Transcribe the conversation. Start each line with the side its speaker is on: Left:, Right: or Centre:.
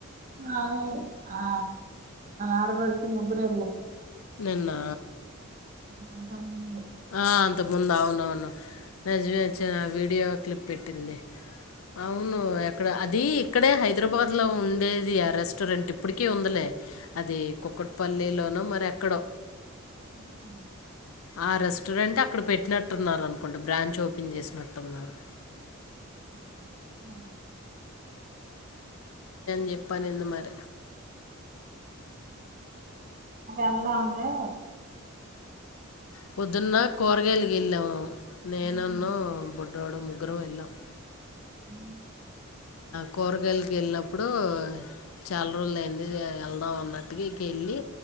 Right: ఆ ఆ ఆరబడుకి ముగ్గురే
Left: నిన్న
Right: అ అంతా ముందు
Left: ఆ అంత ముందు అవున అవును నిజమచ్చిన వీడియో క్లిప్ పెట్టింది అవును ఎక్కడ అ ఇది ఇక్కడే హైదరాబాద్ లో ఉండేది ఆ రెస్టారెంట్ ఇప్పటిక ఉందలే అది కుక్కట్పల్ ిల్లీలోనో మరి ఎక్కడో
Right: <unintelligible> <inaudible>
Left: ఆ రెస్టారెంట్ అక్కడ పెట్టినట్టున్నారు అనుకుంటే బ్రాంచ్ ఓపెన్ చేసినట్టున్నారు
Right: అ
Left: జెప్పన్ ఎ మర
Right: అళద ఉంది
Left: పొద్దున్న కూరగాయలకి వెళ్ళాము
Right: ఇప్పుడు
Left: నేనన్ను బు ముగ్గురూము ఎలాం
Right: ఉ
Left: కూరగాయలకి వెళ్ళినప్పుడు చాలా రోజులు అయడి వెళ్దాం అన్నట్టుకి ఇక వెళ్ళి